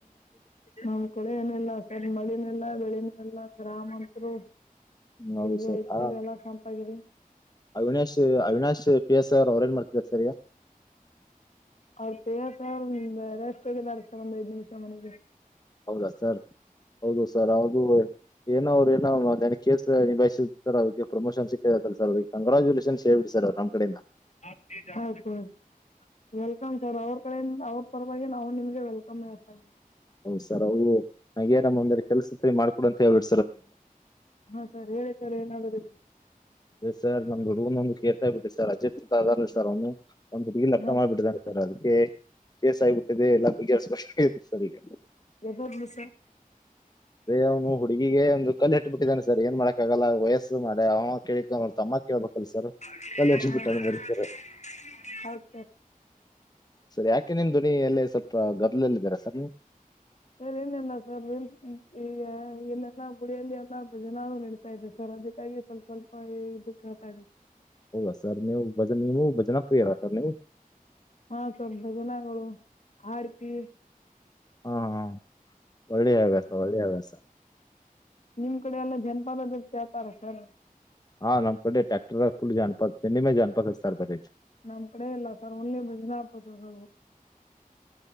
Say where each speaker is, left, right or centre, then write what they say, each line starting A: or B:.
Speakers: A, on the left; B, on the left.
A: ನಮ್ ಕಡೆ ಏನಿಲ್ಲ ಸರ್ ಮಳಿನು ಇಲ್ಲಾ ಬೆಳಿನು ಇಲ್ಲಾ ಗ್ರಾಮಂತರು
B: ಹೌದು
A: ಇಗ
B: ಸರ್
A: ಇತರು
B: ಆ
A: ಎಲ್ಲ ಸಂಪ ಆಗಿದೇವಿ
B: Avinash Avinash P S I ಅವ್ರ ಏನ್ ಮಾಡ್ತಿದ್ದಾರೆ ಸರ್ ಈಗ
A: ಅವ್ರ ಪಿಎಸ್ಐ ಸರ್ ಒಂದ್ ರೆಸ್ಟ್ ಹೋಗಿದ್ದಾರೆ ಸರ್ ಒಂದ್ ಐದ್ ನಿಮಿಷ ಮನೆಗೆ
B: ಹೌದಾ ಸರ್ ಹೌದು ಸರ್ ಹೌದು ಏನ ಅವ್ರು ಏನ ನನ ಕೇಸ ನಿಭಾಯಸ ಸರ್ ಅವ್ರಿಗೆ ಪ್ರಮೋಷನ್ ಸಿಕ್ಕತ್ತಲ್ಲ ಸರ್ ಅವ್ರ ಕಂಗ್ರಾಚುಲೇಷನ್ಸ್ ಹೇಳ್ಬೇಡಿ ಸರ್ ನಮ್ಮ್ ಕಡೆಯಿಂದ
A: ಆಯ್ತು ಆ ವೆಲ್ಕಮ್ ಸರ್ ಅವ್ರ ಕಡಿಂದ ಅವ್ರ ಪರವಾಗಿ ನಾವು ನಿಮ ವೆಲ್ಕಾಮ್ ಹೇಳ್ತಾ ಇದೀವಿ ಸರ್
B: ಹೌದ ಸರ್ ಅವ್ರು ಹಂಗೆ ನಂದ ಒಂದರೆಡೂ ಕೆಲ್ಸ ಮಾಡ್ಕೊಡ ಅಂತ ಹೇಳಬಿಡು
A: ಹಾ ಸರ್ ಹೇಳಿ ಸರ್ ಏನಾದರು
B: ಅದ್ ಸರ್ ನಮ್ ಹುಡ್ಗನ ಒಂದ್ ಕೇಸ ಆಗಿ ಬಿಟದೇ ಸರ್ ಅಜಿತ್ ಅಂತ ಅದೇನ್ ಸರ್ ಅವ್ನು ಒಂದ್ ಹುಡುಗಿ ಲಪ್ಡಾ
A: ಹಾ
B: ಮಾಡಿಬಿಟಿಡನೆ ಸರ್ ಅದಕ್ಕೆ ಕೇಸ್ ಆಗಬಿಟ್ಟಿದೆ ಎಲ್ಲ ಬಗೆ ಹರಿಸ ಬೇಕಾಗಿದೆ ಸಾರ್ ಈಗ
A: ಹೌದು ಸರ್
B: ಅದೇ ಅವ್ನು ಹುಡುಗ ಒಂದು ಕಲ್ಲಿು ಹಟ್ಟಿ ಬಿಟ್ಟಿದ್ದಾನೆ ಸರ್ ಏನ್ ಮಾಡಕ್ಕ ಆಗಲ್ಲ ವಯಸ್ಸು ಮಾಡ್ಯ ಅವ ಕೇಳಿಕ ಅವ ತಮ್ಮ ಕೇಳ್ಬೇಕಲ್ಲ ಸರ್
A: <unintelligible>
B: ಕಲ್ಲು ಇಟ್ಟ ಬಿಟ್ಟಾನ ಬರೀ ಸರ್ ಯಾಕೆ ಸರ್ ನಿಮ್ ಧ್ವನಿ ಎಲ್ಲ ಸ್ವಲ್ಪ ಗದಲಲ್ಲಿದ್ದೀರಾ ಸರ್ ನೀವು
A: ಸರ್ ಏನಲ್ಲ ಸರ್ ಈಗ ಇಲ್ಲೆಲ್ಲಾ ಗುಡಿಯಲ್ಲಿ ಎಲ್ಲಾ ಭಜನಾ ನಡೀತಾ ಇದೆ ಸರ್ ಅದಕ್ಕಾಗಿ ಸ್ವಲ್ಪ ಸ್ವಲ್ಪ ಇದ ಕೇಳ್ತಾ ಇದೆ
B: ಹೌದಾ ಸರ್ ನೀವು ಭಜ ನೀವುೂ ಭಜನಾ ಪ್ರಿಯರ ಸರ್ ನೀವು
A: ಹಾ ಸರ್ ಭಜನಗಳು ಆರತಿ
B: ಹಾ ಹಾ ಒಳ್ಳೆ
A: ಹ್ಮ್
B: ಹಭ್ಯಾಸ ಒಳ್ಳೆ ಹಭ್ಯಾಸ
A: ನಿಮ್ ಕಡೆ ಎಲ್ಲ ಜನಪದ ಅದು ಕೇಳ್ತಾರೆ ಸರ್
B: ಹಾ ನಮ್ ಕಡೆ ಟ್ಯಾಕ್ಟರ್ ಫುಲ್ ಜನಪದ ನಿಮೆ ಜನಪಾದ ಸರ್ ಬರ
A: ನಮ್ ಕಡೆ ಇಲ್ಲ ಸರ್ ಒನ್ಲಿ ಬಜನಾ ಪದಗಳು